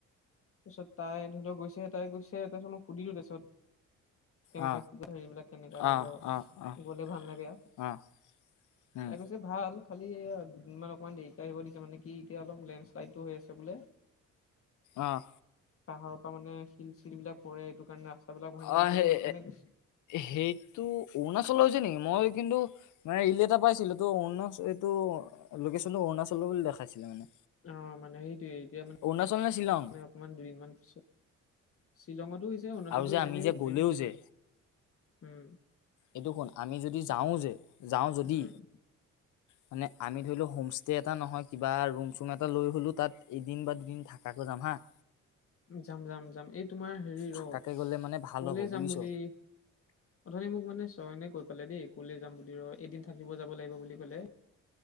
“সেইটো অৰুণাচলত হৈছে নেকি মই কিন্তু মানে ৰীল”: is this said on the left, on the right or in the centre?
Left